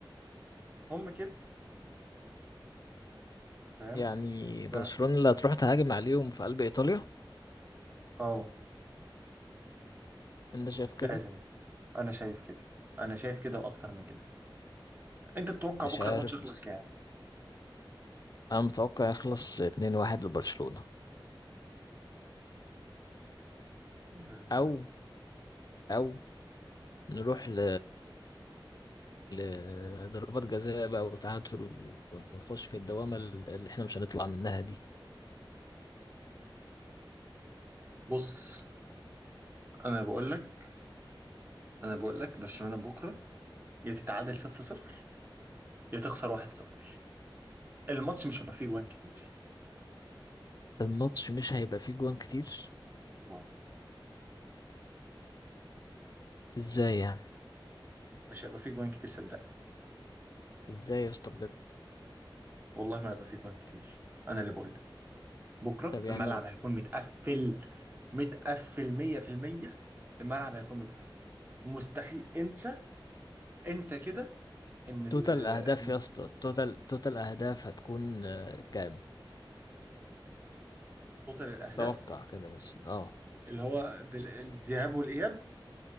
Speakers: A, on the right; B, on the left.
A: هم كده فاهم
B: يعني برشلونة
A: ف
B: اللي هتروح تهاجم عليهم في قلب ايطاليا
A: اه
B: انت شايف كده
A: لازم انا شايف كده انا شايف كده واكتر من كده انت تتوقع
B: مش
A: بكره
B: عارف
A: الماتش يخلص
B: بس
A: كام
B: انا متوقع يخلص 2-1 لبرشلونة
A: يعني
B: او او نروح ل لضربات جزاء بقى وتعادل ون- ونخش في الدوامة ال- اللي احنا مش هنطلع منها دي
A: بص انا بقول لك انا بقول لك برشلونه بكره يا تتعادل 0-0 يا تخسر 1-0 الماتش مش هيبقى فيه جوان كتير
B: الماتش مش هيبقى فيه جوان كتير
A: آه.
B: ازاي يعني
A: مش هيبقى فيه جوان كتير صدقني
B: ازاي يا اسطى بجد
A: والله ما هيبقى فيه جوان كتير انا اللي بقول لك. بكره
B: طب يعني
A: الملعب هيكون متقفل متقفل 100% الملعب هيكون متقفل مستحيل انسى انسى كده ان ال
B: توتال اهداف
A: ان
B: يا اسطى توتال توتال اهداف هتكون آه، كام
A: توتال الاهداف
B: توقع كده مثلا اه
A: اللي هو بال- الذهاب والاياب